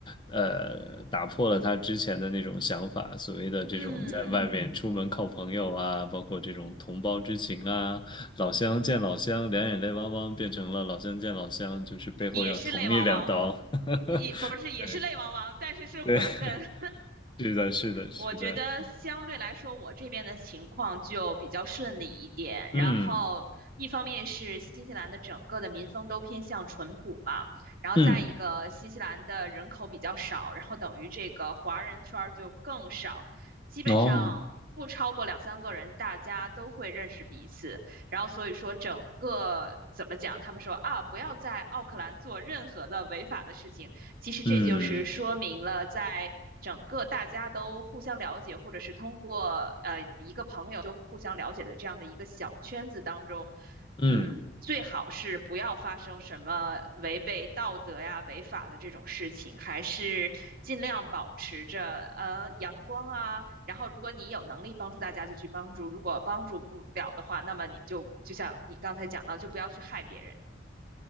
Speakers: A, on the left; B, on the right.
A: 呃，打破了他之前的那种想法，所谓的这种在外面出门靠朋友啊，
B: 嗯，
A: 包括这种同胞之情啊，老乡见老乡，两眼泪汪汪，变成了老乡见老乡，就是背后要捅你两刀。
B: 也是泪汪汪，
A: <laughs>
B: 也不是也是泪汪汪，
A: 对
B: 但是是悔恨。
A: 对，<laughs> 是的，是的，是的，
B: 我觉得相对来说，我这边的情况就比较顺利一点。
A: 嗯
B: 然后，一方面是新西兰的整个的民风都偏向淳朴嘛，然后再一个新西兰的人口比较少，
A: 嗯，
B: 然后等于这个华人圈儿就更少，基本上不超过两三个人，
A: 哦，
B: 大家都会认识彼此。然后所以说整个怎么讲，他们说啊，不要在奥克兰做任何的违法的事情。其实这就是说明了，
A: 嗯
B: 在整个大家都互相了解，或者是通过呃一个朋友就互相了解的这样的一个小圈子当中，
A: 嗯。
B: 嗯，最好是不要发生什么违背道德呀、违法的这种事情，还是尽量保持着呃阳光啊。然后，如果你有能力帮助大家，就去帮助；如果帮助不了的话，那么你就就像你刚才讲到，就不要去害别人。